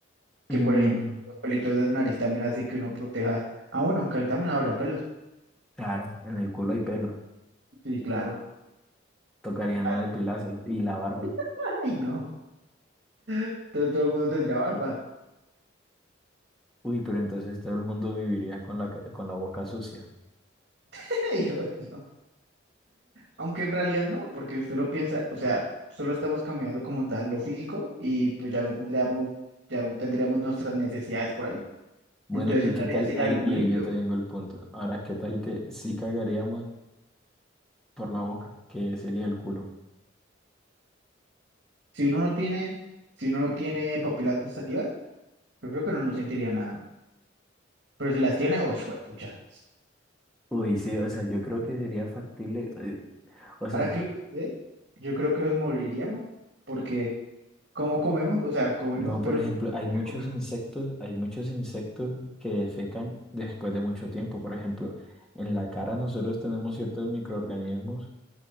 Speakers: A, on the right; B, in the centre.
A: Que
B: Mm,
A: por ejemplo, los pelitos de la nariz también hacen que uno proteja. Ah, bueno, aunque ahí también habría pelos.
B: claro, en el culo hay pelos.
A: Sí, claro.
B: Tocaría
A: Ay,
B: no depilárselo. Y la barba.
A: <laughs> ay, no. Entonces todo el mundo tendría barba.
B: Uy, pero entonces todo el mundo viviría con la, ca- con la boca sucia.
A: <laughs> Y yo, no. Aunque en realidad no, porque usted lo piensa, o sea, solo estamos cambiando como tal lo físico y pues ya no tendríamos, ya no tendríamos nuestras necesidades por ahí.
B: Bueno,
A: Entonces
B: ¿y
A: en
B: qué
A: realidad
B: tal?
A: sería
B: Ahí,
A: algo Claro.
B: y
A: muy
B: ahí
A: libre.
B: yo te vengo el punto. Ahora, ¿qué tal que sí cagaríamos por la boca, que sería el culo?
A: Si uno no tiene, si uno no tiene papilas gustativas, yo creo que no, nos sentiría nada. Pero si las tiene, oh, pucha.
B: Uy, sí, o sea, yo creo que sería factible. eh, O sea,
A: Ahora que lo pensé, yo creo que nos moriríamos, porque ¿cómo comemos? O sea, comemos,
B: no,
A: pero
B: por ejemplo,
A: lo
B: hay
A: poco
B: muchos
A: que comemos.
B: insectos, hay muchos insectos que defecan después de mucho tiempo. Por ejemplo, en la cara nosotros tenemos ciertos microorganismos